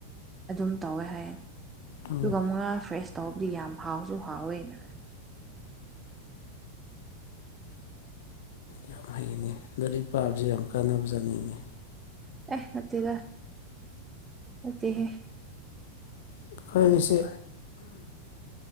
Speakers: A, on the right (about 15°); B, on the left (about 55°).
A: ꯑꯗꯨꯝ ꯇꯧꯋꯦ ꯍꯥꯏꯌꯦ
B: ꯎꯝ
A: ꯑꯗꯨꯒ ꯃꯨꯛꯉꯥ ꯐ꯭ꯔꯦꯁ ꯇꯧꯕꯕꯨꯗꯤ ꯌꯥꯝ ꯍꯥꯎꯁꯨ ꯍꯥꯎꯋꯦꯅ
B: ꯌꯥꯝ ꯍꯩꯅꯦ ꯂꯥꯏꯔꯤꯛ ꯄꯥꯕꯁꯤꯦ ꯌꯥꯝ ꯀꯥꯟꯅꯕ ꯆꯥꯅꯤꯡꯉꯤ
A: ꯑꯦ ꯅꯠꯇꯒ ꯅꯠꯇꯍꯦ
B: ꯑꯩꯈꯣꯏꯁꯦ